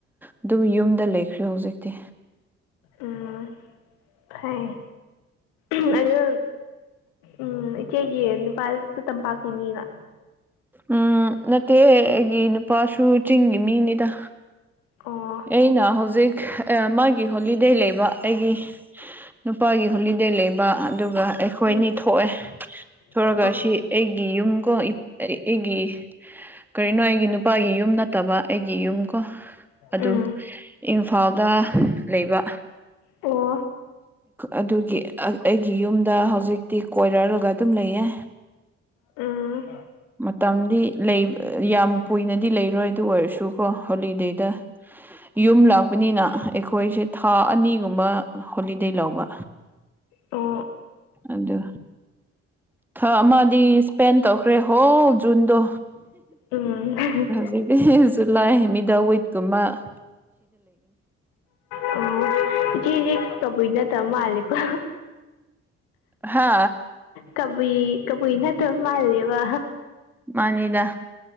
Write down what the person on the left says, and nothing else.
ꯎꯝ ꯐꯩ ꯎꯝ ꯑꯗꯨ ꯎꯝ ꯏꯆꯦꯒꯤ ꯅꯨꯄꯥꯁꯨ ꯇꯝꯄꯥꯛꯀꯤ ꯃꯤꯔꯥ
ꯑꯣ
ꯎꯝ
ꯑꯣ
ꯎꯝ
ꯑꯣ
ꯎꯝ ꯑꯣ
ꯑꯣ
ꯎꯝ
ꯑꯣ ꯏꯆꯦꯖꯤ ꯀꯕꯨꯏ ꯅꯠꯇ ꯃꯥꯜꯂꯤꯀꯣ
ꯀꯕꯨꯏ ꯀꯕꯨꯏ ꯅꯠꯇ ꯃꯥꯜꯂꯦꯕ